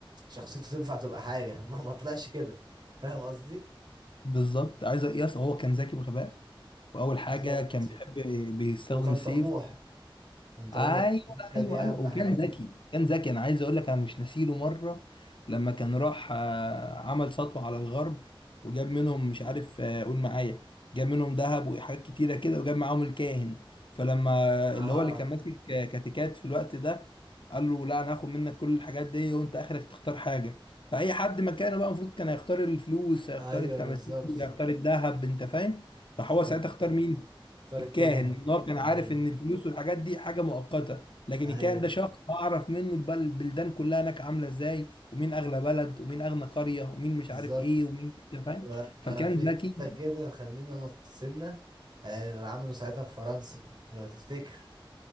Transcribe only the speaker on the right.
شخصيته تنفع تبقى حاجة <laughs> ما ما طلعش كده فاهم قصدي
بالظبط
وكان
طموح كان طموح
ده
دي أهم
حاجة
اه
ايوه
بالظبط
بالظبط
اختار
الكاهن
ايوه
ايوه
بالظبط
وفي
حتة كده خلينا نط سنة آه، اللي عملوا ساعتها في فرنسا لو تفتكر